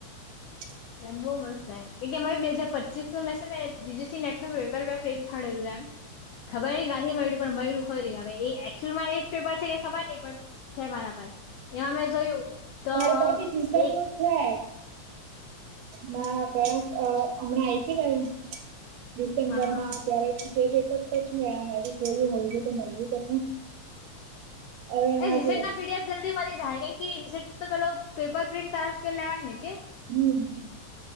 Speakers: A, on the right; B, on the left.
A: <unintelligible>
B: એમ બહુ મસ્ત એમ. કેમકે અમારે બે હજાર પચીસ મેં છે ને બીજીસી નેટનુ પેપર મેં પ્રિન્ટ ઘડેલું એમ. ખબર નહીં કાથી મળ્યું પણ મળ્યું. ફરી હવે અક્ટયુઅલમાં એજ પેપર છે કે ખબર નહી પણ છે મારા પાસ એ અમેં જોયું. તો
A: મારે પર ભી જીતન
B: એક
A: નું છે મા અ હમણાં આય્પીને ડિસેમ્બરમાં
B: હા
A: ત્યારે એ પેપર તો છે એમ એ બી જોયું હોય છે તો મલ્યું તો છે. હવે એમાં
B: એ રીસેટ
A: જો
B: ના પીડીએફ જલ્દી મળી જાય, કેમ કે રીસેટનું તો પેલો પેપર પ્રિન્ટ તરફ લેવાય ને કે.
A: હમ.